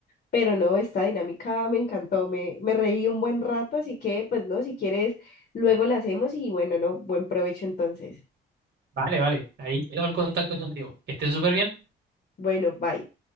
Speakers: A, on the left; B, on the right.
A: pero no, esta dinámica me encantó, me, me reí un buen rato, así que, pues no, si quieres, luego la hacemos y bueno, no, buen provecho entonces.
B: vale, vale. Ahí quedo el contacto contigo. Que estés súper bien.
A: Bueno, bye.